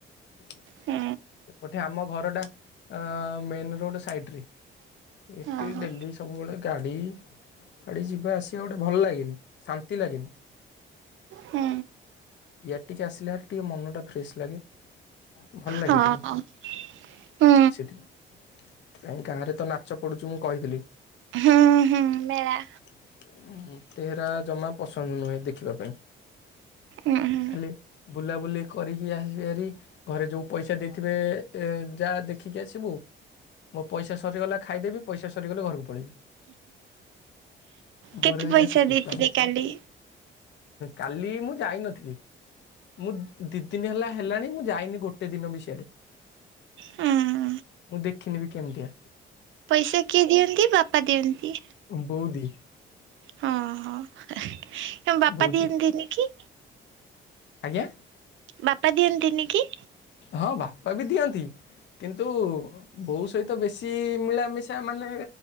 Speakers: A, on the left; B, on the right.
A: ସେପଟେ
B: ହୁଁ
A: ଆମ ଘର ଟା ଅଁ, ମେନ୍ ରୋଡ୍ ସାଇଡ୍ ରେ। ଏଟି
B: ଓହୋ
A: ଡେଲି ସବୁବେଳେ ଗାଡି ଗାଡି ଯିବା ଆସିବା ଗୋଟେ ଭଲ ଲାଗେନି। ଶାନ୍ତି ଲାଗେନି
B: ହୁଁ
A: ଏଟି କେ ଆସିଲେନା ଟିକେ ମନ ଟା ଫ୍ରେଶ୍ ଲାଗେ। ଭଲ ଲାଗେ
B: ହଁ
A: ଟିକେ।
B: ହୁଁ
A: ସେଠିରେ କାଇଁ ଗାଁରେ ତ ନା ଛ ପଢୁଛୁ ମୁଁ କହିଥିଲି।
B: ହୁଁ ହୁଁ
A: ଉଁ,
B: ମେଳା
A: ମୋତେ ହେରା ଜମା ପସନ୍ଦ ନୁହେଁ ଦେଖିବା ପାଇଁ।
B: ଉଁ, ହଁ।
A: ଖାଲି ବୁଲାବୁଲି କରିକି ଆସିବି ଭାରି, ଘରେ ଯୋଉ ପଇସା ଦେଇଥିବେ ଏ-ଯା ଦେ ଖିକି ଆସିବୁ ମୋ ପଇସା ସ ସରିଗଲା ଖାଇଦେବି ପଇସା ସରିଗଲେ ଘରକୁ ପଳେଇବି
B: କେତେ
A: ମୋର ହେଲା
B: ପଇସା
A: ସେତିକି
B: ଦେଇଥିଲେ
A: କାମ।
B: କାଲି?
A: କାଲି ମୁଁ ଯାଇନଥିଲି ମୁଁ ଦି ଦିନ ହେଲା ହେଲାଣି ମୁଁ ଯାଇନି ଗୋଟେ ଦିନ ବି ସିଆଡେ।
B: ହୁଁ
A: ମୁଁ ଦେଖିନି ବି କେମିତିଆ।
B: ପଇସା କିଏ ଦିଅନ୍ତି? ବାପା ଦିଅନ୍ତି।
A: ବଉଦି
B: ହଁ, ହଁ ତୋମ ବାପା
A: ବଉଦି
B: ଦିଅନ୍ତିନି କି?
A: ଆଜ୍ଞା।
B: ବାପା ଦିଅନ୍ତିନି କି?
A: ହଁ ବାପା ବି ଦିଅନ୍ତି। କିନ୍ତୁ ବୋଉ ସହିତ ବେଶୀ ମିଳାମିଶା ମାନେ